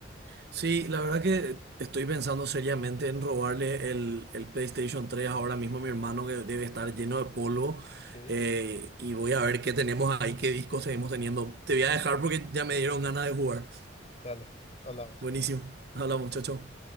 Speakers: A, on the right (about 60°); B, on the left (about 35°).
A: Sí, la verdad que estoy pensando seriamente en robarle el, el PlayStation 3 ahora mismo a mi hermano que debe estar lleno de polvo
B: Sí,
A: eh, y voy a ver qué tenemos ahí, qué discos seguimos teniendo. Te voy a dejar porque ya me dieron ganas de jugar.
B: dale, hablamos.
A: Buenísimo. Hola muchacho.